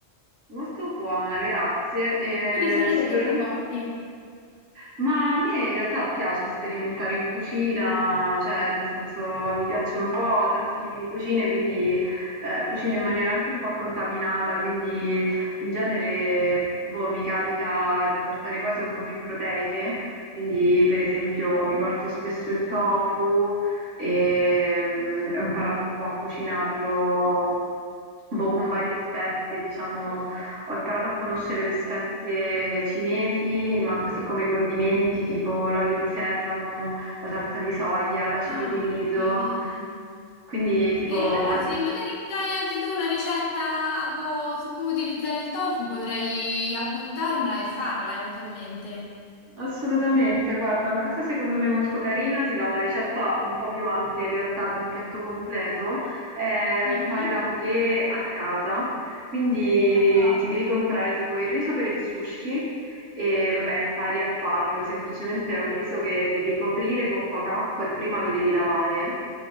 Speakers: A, on the right; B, on the left.
A: molto buona, grazie.
B: Tu di solito
A: E sicuramente.
B: che ti porti?
A: Ma a me in realtà piace sperimentare in cucina, cioè nel senso mi piacciono un po' tanti tipi di cucine, quindi eh, cucino in maniera anche un po' contaminata, quindi in genere boh, mi capita di portare cose un po' più proteiche, quindi per esempio
B: Ok.
A: mi porto spesso il tofu e mm, ho imparato un po' a cucinarlo boh, con varie spezie, diciamo ho imparato a conoscere le spezie cinesi, ma così come i condimenti tipo l'olio di sesamo, la salsa di soia, l'aceto
B: Ah,
A: di riso.
B: ok, vedi.
A: Quindi tipo
B: E
A: ho
B: allora
A: im-
B: se magari mi dai anche tu una ricetta co- su come utilizzare il tofu, potrei appuntarmela e farla eventualmente.
A: Assolutamente, guarda, una cosa secondo me molto carina, ti dà una ricetta un po' più ampia in realtà di un piatto completo, è
B: Mhm.
A: fare la poké a casa. Quindi
B: Ah, wow.
A: ti devi comprare tipo il riso per il sushi e vabbè, impari a farlo, semplicemente è un riso che devi coprire con poca acqua e prima lo devi lavare.